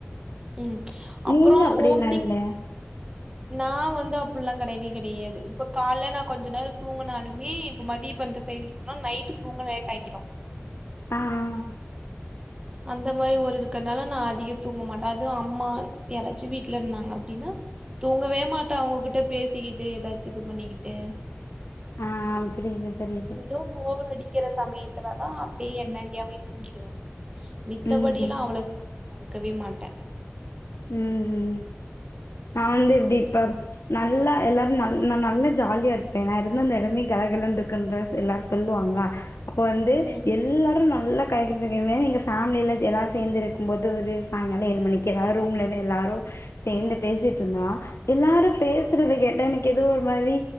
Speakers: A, on the right (about 20°); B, on the left (about 80°).
A: ம்
B: நீங்க
A: அப்றோ
B: அப்டில்லா
A: ஓவர் திங்
B: இல்ல <inaudible>
A: நா வந்து அப்புல்லா கடையவே கிடயாது இப்ப கால்ல நா கொஞ்ச நேரொ தூங்குனாலுமே இப்ப மதிய இப்ப இந்த சேம் ஆனா நைட்டு தூங்க லேட் ஆக்கிடு
B: ஆ ஆ ஆ
A: அந்த மாரி ஒரு இருக்கனால நா அதிகொ தூங்க மாட்ட அது அம்மா யாராச்சு வீட்ல இருந்தாங்க அப்டின்னா தூங்கவே மாட்டா அவங்ககுட்ட பேசிக்கிட்டு ஏதாச்சு இது பண்ணிக்கிட்டு
B: ஆ புரியிது புரியிது
A: ஏதோ போர் அடிக்கிற சமயத்துல தா அப்டி என்ன அறியாமயே தூங்கிடுவ மித்தபடிலா
B: ம்
A: அவ்ள ஸ் படுக்கவே மாட்ட
B: ம் ம் நா வந்து எப்டி இப்ப நல்லா எல்லாரு நல் நா நல்லா ஜாலியா இருப்ப நா இருந்தா அந்த எடமே கலகலன்ருக்குன்ற சொ எல்லாரு சொல்லுவாங்களா அப்ப வந்து
A: ம்
B: எல்லாரு நல்லா கயக்கிதுகெங்க எங்க ஃபேமிலில எல்லாரு சேந்து இருக்கும் போது ஒரு சாங்னால ஏழு மணிக்கு எல்லாரு ரூம்லருந்து எல்லாரு சேந்து பேசிட்ருந்தொ எல்லாரு பேசுறத கேட்டா எனக்கு ஏதோ ஒரு மாரி